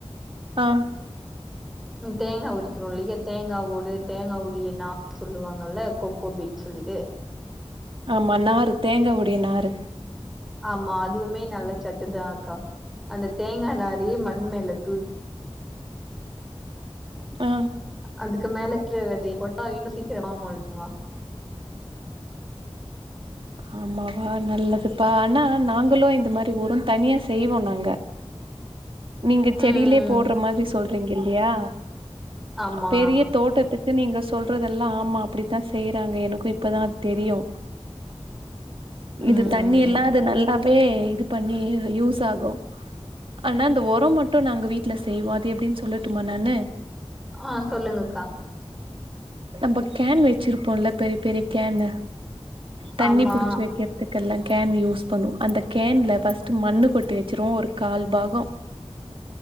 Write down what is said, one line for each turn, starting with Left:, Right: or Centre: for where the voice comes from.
Right: ஆ
Centre: ம் தேங்காய் உரிக்கிறோ இல்லையா தேங்கா ஓடு தேங்கா ஒடியனா சொல்லுவாங்கல்ல கொக்கோ பீட் சொல்லிட்டு
Right: ஆமா நாரு தேங்காவுடைய நாரு
Centre: ஆமா அதுவுமே நல்ல சத்துதா அக்கா அந்த தேங்காய் நாரே மண் மேல தூ
Right: ஆ
Centre: அதுக்கு மேலக்ற விதைய போட்டா இன்னு சீக்கிரம்மா முளச்சுருங்களா
Right: ஆமாவா நல்லதுப்பா ஆனா நாங்களு இந்த மாதிரி உரோ தனியா செய்வோ நாங்க நீங்க செடியிலே
Centre: ம்
Right: போட்ற மாதிரி சொல்றீங்க இல்லையா
Centre: ஆமா
Right: பெரிய தோட்டத்துக்கு நீங்க சொல்றதெல்லா ஆமா அப்டித்தா செய்யறாங்க எனக்கு இப்பதா அது தெரியு
Centre: ம்
Right: இது தண்ணி எல்லா அது நல்லாவே இது பண்ணி யூஸ் ஆகு ஆனா இந்த உரோ மட்டு நாங்க வீட்டல செய்வோ அது எப்டின்னு சொல்லட்டுமா நானு
Centre: ஆ சொல்லுங்கக்கா
Right: நம்ம கேன் வச்சிருப்போம்ல பெரிய பெரிய கேன் தண்ணி
Centre: ஆமா
Right: புடிச்சு வைக்க அதுக்கெல்லா கேன் யூஸ் பண்ணுவு அந்த கேன்ல பஸ்ட்டு மண்ணு கொட்டி வச்சிருவோ ஒரு கால் பாகோ